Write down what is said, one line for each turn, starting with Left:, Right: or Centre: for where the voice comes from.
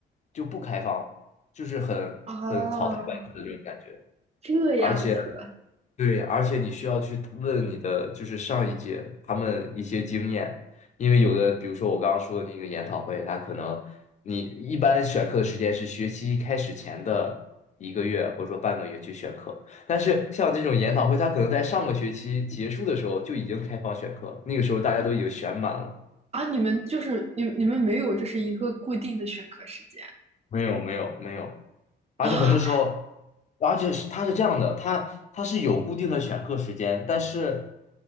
Left: 就不开放了，就是很很草台班子的这种感觉。
Right: 哦，这样子
Left: 而且。对，而且你需要去问你的就是上一届他们一些经验，因为有的，比如说我刚刚说的那个研讨会，它可能你一般选课的时间是学期开始前的一个月或者说半个月去选课，但是像这种研讨会，它可能在上个学期结束的时候就已经开放选课了，那个时候大家都已经选满了。
Right: 啊，你们就是你们你们没有就是一个固定的选课时间
Left: 没有没有没有，
Right: 啊
Left: 而且很多时候，而且是它是这样的，它它是有固定的选课时间，但是